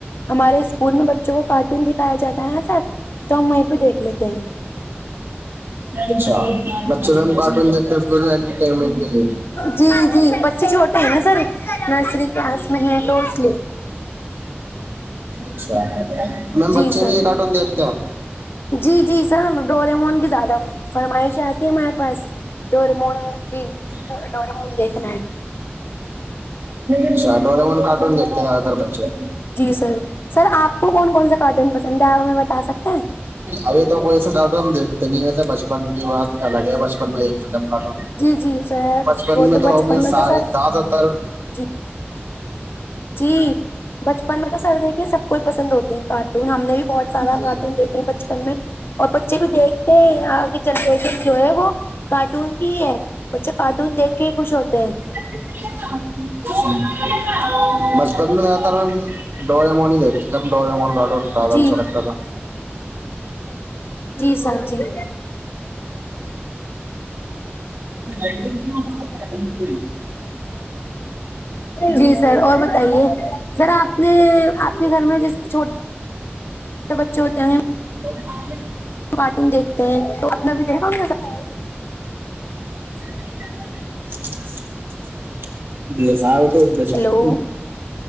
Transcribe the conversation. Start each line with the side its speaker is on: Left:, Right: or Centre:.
Left: ہمارے اسکول میں بچوں کو کارٹون دکھایا جاتا ہے نا سر تو وہیں پہ دیکھ لیتے ہیں
Right: اچھا بچے میم کارٹون
Left: جی
Right: دیکھتے انٹرٹینمنٹ کے لیے
Left: جی جی بچے چھوٹے ہیں نا سر نرسری کلاس میں ہے تو اس لیے
Right: اچھا میم
Left: جی
Right: بچے
Left: سر
Right: بھی یہ کارٹون دیکھتے ہیں
Left: جی جی سر ڈوریمون کی زیادہ فرمائش آتی ہے ہمارے پاس ڈوریمون کی
Right: <inaudible>
Left: ڈوریمون دیکھنا ہے
Right: اچھا ڈوریمون کا ٹون دیکھتے ہیں زیادہ تر بچے-
Left: جی سر سر آپ کو کون کون سے کاٹون پسند ہے آپ ہمیں بتا سکتے ہیں-
Right: ابھی تو کوئی سے کاٹون ہم دیکھتے نہیں ویسے بچپن کی بات الگ ہے بچپن میں دیکھتے کاٹون-
Left: <unintelligible>
Right: بچپن
Left: وہ
Right: میں
Left: بچپن
Right: تو ہم نے
Left: میں
Right: سارے
Left: سر
Right: زیادہ تر-
Left: جی جی، بچپن میں تو سر دیکھیں سب کو ہی پسند ہوتے ہیں کارٹون ہم نے بھی بہت سارا
Right: جی
Left: کارٹون دی- بچپن میں اور بچے بھی دیکھتے ہیں آگے جنریشن جو ہے وہ کارٹون کی ہے- بچے کارٹون دیکھ کے ہی خوش ہوتے ہیں-
Right: <unintelligible> بچپن میں جدا تر ہم دوریموں ہی ڈاکہ تی تھا - ایک دم ڈوریمون کاٹون زیادہ
Left: جی
Right: اچھا لگتا تھا-
Left: جی سر جی-
Right: <inaudible>
Left: جی سر، اور بتائیے سر آپ نے آپ کے گھر میں جیسے چھوٹے بچے ہوتے ہیں-
Right: <inaudible>
Left: کارٹون دیکھتے ہیں تو اپ نے بھی دیکھا- ساتھ
Right: <unintelligible>
Left: ہیلو